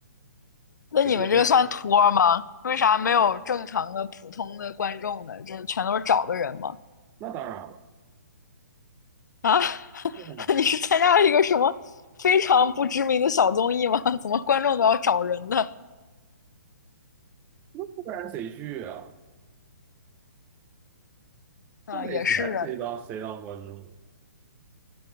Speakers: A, on the left; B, on the right.
A: 那你们这个算托吗？
B: 就别说了
A: 为啥没有正常的普通的观众呢？这全都是找的人吗？
B: 那当然了，
A: 啊，<laughs>
B: 那当然
A: 你是参加了一个什么非常不知名的小综艺吗？怎么观众都要找人呢？
B: 不然谁去啊？
A: 啊，
B: 不给钱谁当谁当观众？
A: 也是啊，